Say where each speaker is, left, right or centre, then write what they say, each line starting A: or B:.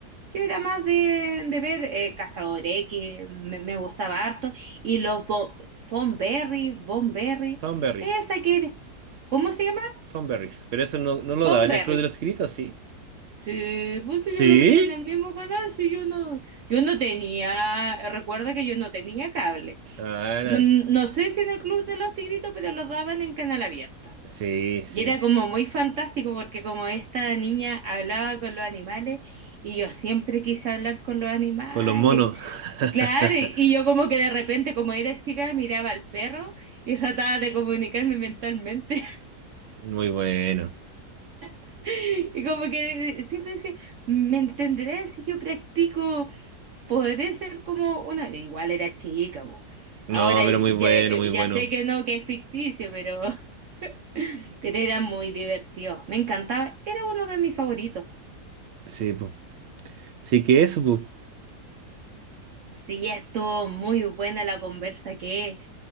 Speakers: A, on the right; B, on the right.
A: Yo era más de, de ver eh, Cazador X, me, me gustaba harto. Y los Bo- Von Berry, Von Berry,
B: Tom Berry,
A: esa que, ¿cómo se llama?
B: Tom Berries. Pero eso no, no lo
A: Von
B: daba en
A: Berry.
B: el Club de los Gritos, ¿sí?
A: Sí, pues si
B: ¿Sí?
A: yo lo veía en el mismo canal, si yo no, yo no tenía, recuerda que yo no tenía cable.
B: Ah, era-
A: No, no sé si en el Club de los Tigritos, pero lo daban en canal abierta.
B: sí, sí.
A: Y era como muy fantástico porque como esta niña hablaba con los animales y yo siempre quise hablar con los animales.
B: Con los monos. <laughs>
A: Claro, y y yo como que de repente, como era chica, miraba al perro y trataba de comunicarme mentalmente.
B: Muy bueno.
A: <laughs> Y como que siempre decía, ¿me entenderás si yo practico? podré ser como una, igual era chica, po.
B: No,
A: Ahora
B: pero
A: ya,
B: muy bueno,
A: eh,
B: muy bueno.
A: ya sé que no, que es ficticio, pero, <laughs> pero era muy divertido. Me encantaba, era uno de mis favoritos.
B: Sí, pues. Así que eso, pues.
A: Sí, ya estuvo muy buena la conversa, que